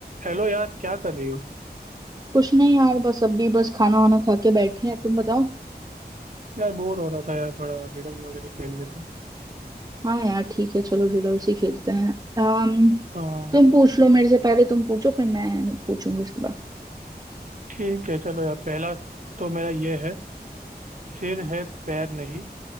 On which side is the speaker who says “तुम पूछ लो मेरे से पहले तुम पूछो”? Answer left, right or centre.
Right